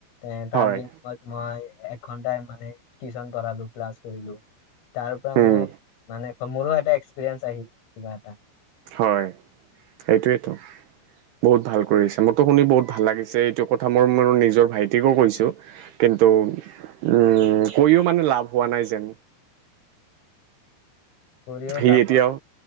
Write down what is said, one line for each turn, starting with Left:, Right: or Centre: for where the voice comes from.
Left: এ তাৰ
Right: হয়
Left: বিনিময়ত মই এক ঘন্টাই মানে টিউচন পঢ়ালো, ক্লাছ কৰিলোঁ, তাৰ পৰা
Right: উম
Left: মই মানে মোৰো এটা এক্সপিৰিয়েঞ্চ আহিল কিবা এটা
Right: হয় সেইটোৱেইেতো বহুত ভাল কৰি আছে মোৰতো শুনি বহুত ভাল লাগিছে এইটো কথা মই মোৰ নিজৰ ভাইটিকো কৈছো কিন্তু উম কৈও মানে লাভ হোৱা নাই যেন
Left: কৰিও
Right: সি
Left: লাভ
Right: এতিয়াও
Left: হোৱা